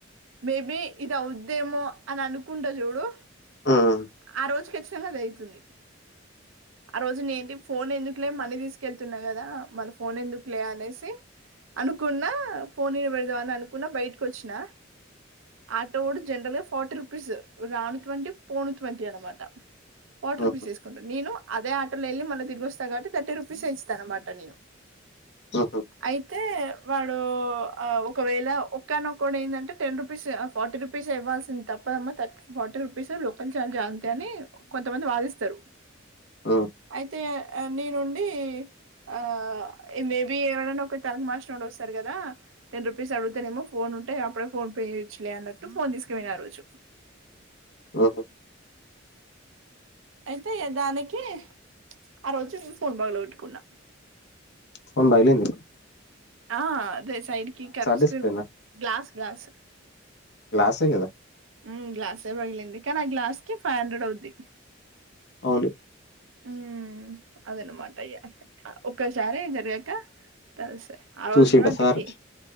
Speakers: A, on the right; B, on the left.
A: మేబి ఇది అవుద్దేమో అని అనుకుంటా చూడు
B: హ్మ్.
A: ఆ రొజ్ కి తెల్లది అయితుంది ఆ రోజు నేంటి ఫోన్ ఎందుకులే మనీ తీసుకెళ్తున్నా కదా మళ్ ఫ ఫోన్ ఎందుకులే అనేసి అనుకున్న ఫోన్ ఈడ పెడదాం అని అనుకున్న బయటకు వచ్చిన ఆటోడు జెనరల్ గాఫోర్టీ రూపీస్ రాణూ ట్వంటీ పోనూ ట్వంటీన మాట ప్వార్టీరుపీస్
B: హుహు.
A: తీసుకుంటాను నేను అదే ఆటోలో వెళి మళ్ తిరుగిస్తారు కాట్టి థర్టి రుపీస్ ఇస్తాతాన్నమాట నేను
B: హుహు.
A: అయితే వాడు ఒకవేళ ఒక్కనక్క ఏందంటే టెన్ రూపీస్ ఫార్టీ రూపీస్ ఇవ్వాల్సింది తప్పదమ్మాథర్ ఫార్టీ రూపీస్ లోకల్ చఛార్జ్ అంతే అని కొంతమంది వాదిస్తారు
B: హ్మ్.
A: అయితే నీ నుండి ఆ మేబి ఎవడన్నా ఒక తలకు మాషనోడు వస్తడు కదా టెన్ రూపీస్ అడుగుతేనేమో ఫోన్ ఉంటే అప్పుడే ఫోన్ పే ఇచ్చలే అన్నట్టు ఫోన్ తీసకపోయిన ఆ రోజు
B: ఓహో
A: అయితే దానికి ఆ రోజు ఫోన్ బగల గొట్టుకున్నా
B: ఫోన్ బగిలింది
A: ఆ అదే సైడ్కి కరూస్
B: డిస్‌ప్లేనా?
A: క్రీమ్ గ్లాస్ గ్లాస్
B: గ్లాసే కదా!
A: ఊమ్ గ్లాసే పగిలింది కానీ ఆ గ్లాస్ కి ఫైవ్ హండ్రెడ్ అవుద్ది
B: అవును
A: హ్మ్ అదేన్న మట ఇగ ఒక్కసారి ఏం జరిగాక తెలి సే ఆ రోజు
B: చూసిండా
A: కూడా అంతకి
B: సారు?